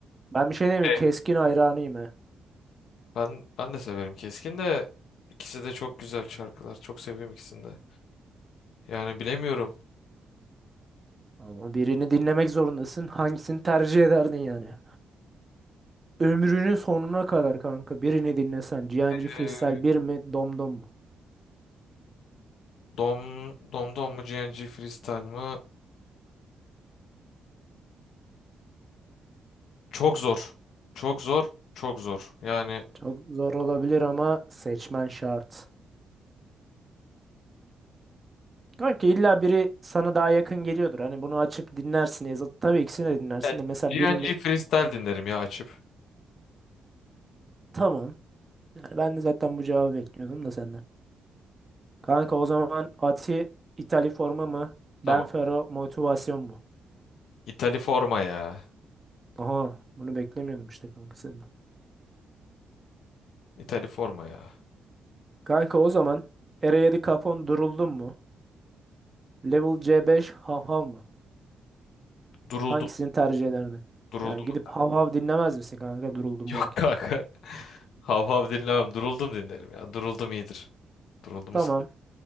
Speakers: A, on the right (about 30°); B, on the left (about 80°).
A: Ben bir şey diyeyim
B: Hey.
A: mi? Keskin hayranıyım he.
B: Ben, ben de severim keskin de İkisi de çok güzel şarkılar. Çok seviyorum ikisini de. Yani bilemiyorum.
A: Ama birini dinlemek zorundasın. Hangisini tercih ederdin yani? Ömrünün sonuna kadar kanka birini dinlesen Cihancı
B: Ee,
A: Freestyle bir mi Domdom mu?
B: Dom, Domdom mu GNG Freestyle mı? Çok zor. Çok zor. Çok zor. Yani
A: Çok zor olabilir ama seçmen şart. Kanka illa biri sana daha yakın geliyordur. Hani bunu açıp dinlersin. E, zat- Tabii ikisini de dinlersin
B: Ya,
A: de mesela
B: GNG
A: birini
B: Freestyle dinlerim ya açıp.
A: tamam. Yani ben de zaten bu cevabı bekliyordum da senden. Kanka o zaman Ati İtalya forma mı?
B: Tamam.
A: Benfero motivasyon mu?
B: İtali forma ya.
A: Aha bunu beklemiyordum işte kanka senden.
B: İtali forma ya.
A: Kanka o zaman Eredivisie Capon duruldun mu? Level C5 Hav Hav mı?
B: Duruldum.
A: Hangisini tercih ederdin?
B: Duruldum.
A: Yani
B: <laughs>
A: gidip Hav Hav dinlemez misin kanka duruldum
B: Yok
A: varken?
B: kanka. Hav hav dinlemem. Duruldum dinlerim ya. Duruldum iyidir. Duruldumu
A: Tamam.